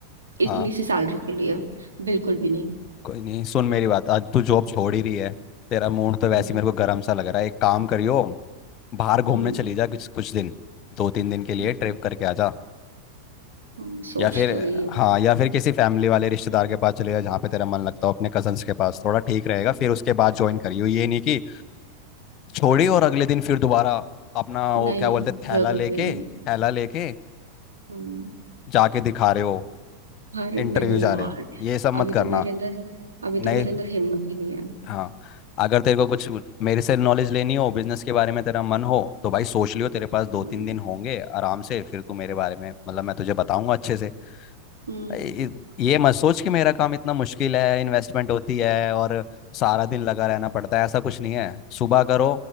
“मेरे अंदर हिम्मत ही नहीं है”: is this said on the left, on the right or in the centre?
Right